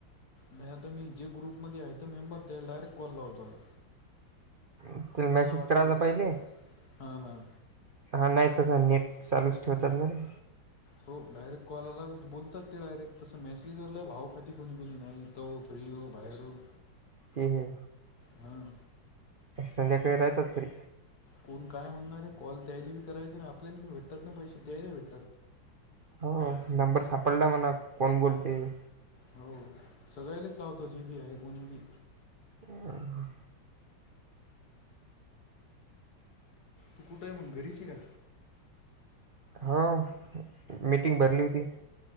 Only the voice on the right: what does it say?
त्याला
मेसेज
करायचा
पहिले
हा नाही तसं नेट चालूच ठेवतात ना रे.
ए हे
संध्याकाळी राहतात फ्री.
हो नंबर सापडला म्हणा कोण बोलते ते.
हं हम्म.
हो, मीटिंग भरली होती.